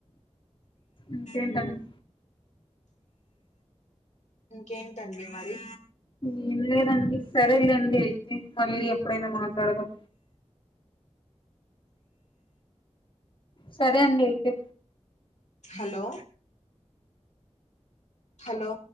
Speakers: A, on the left; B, on the left.
A: ఇంకేంటండి
B: ఉ ఇంకేంటండి మరి
A: ఏం లేదండి సరేలేండి అయితే మళ్ళీ ఎప్పుడైనా మాట్లాడదాం సరే అండి అయితే
B: హలో హలో